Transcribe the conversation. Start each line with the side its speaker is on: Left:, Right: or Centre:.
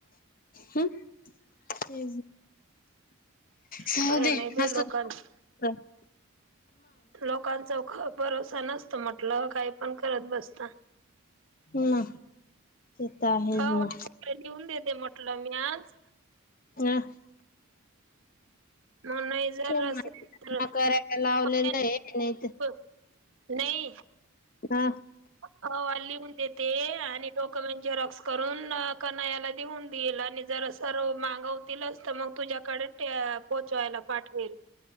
Left: हम <inaudible> <unintelligible> ते राहुदे
Right: खरं नाही बाई
Left: असच
Right: लोकांच
Left: असत.
Right: लोकांचा भरोसा नसतो म्हटलं काही पण करत बसत.
Left: हं ते. तर आहेच
Right: हो वाटल
Left: ना
Right: लिवून देते मटलं मी आज
Left: अ,
Right: <unintelligible>
Left: सोमवारी जमा करायला लावलेलं आहे नाही तर
Right: नाई.
Left: हा
Right: अहवाल लिवून देते आणि डॉक्युमेंट जे झेरॉक्स करून कना याला नेऊन देईल आणि जर सर्व माग होतीलच तर मग तुझ्याकडे पोहोचवायला पाठवेल.